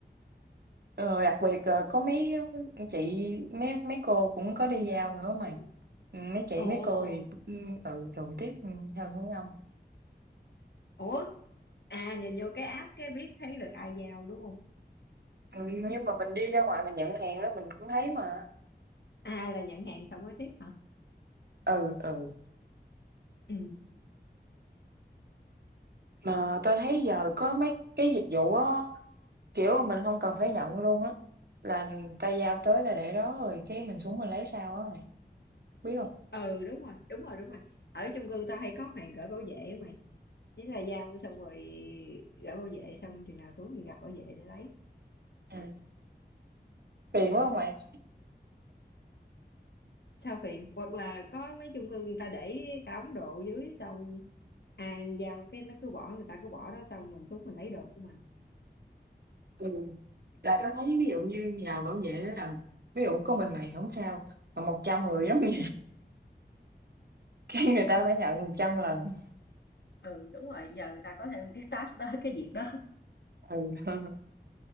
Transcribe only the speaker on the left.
Ừ.
ồ
ủa à nhìn vô cái app cái biết thấy được ai giao đúng không
ai là nhận hàng xong mới tiếp hả
ừ
ừ đúng rồi đúng rồi đúng rồi ở chung cư tao hay có màn gửi bảo vệ á mày thế là giao xong rồi gửi bảo vệ xong chừng nào xuống mình gặp bảo vệ để lấy
ừ.
sao phiền hoặc là có mấy chung cư người ta để cả đống đồ dưới xong à giao cái nó cứ bỏ người ta cứ bỏ đó xong mình xuống mình lấy đồ của mình
ừ đúng rồi giờ người ta có thêm cái task đó cái việc đó